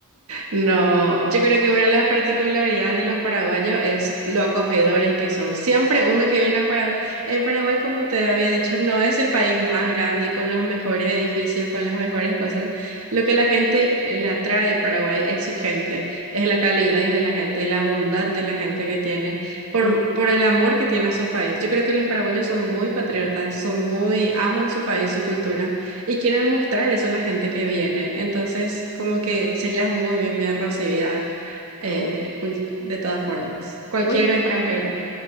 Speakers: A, on the right (about 70°); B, on the left (about 50°).
A: No, yo creo que una de las particularidades de los paraguayos es lo acogedores que son. Siempre uno que viene a Paraguay, en Paraguay, como te había dicho, no es el país más grande con los mejores edificios, con las mejores cosas. Lo que la gente eh, le atrae a Paraguay es su gente, es la calidez de la gente, la bondad de la gente que tiene, por,
B: Mm,
A: por el amor que tiene a su país. Yo creo que los paraguayos son muy patriotas, son muy, aman su país, su cultura. Y quieren mostrar eso a la gente que viene. Entonces, como que serías muy bien, bien recibida eh,
B: no.
A: cul- de todas formas. Cualquier
B: Oye,
A: extranjero.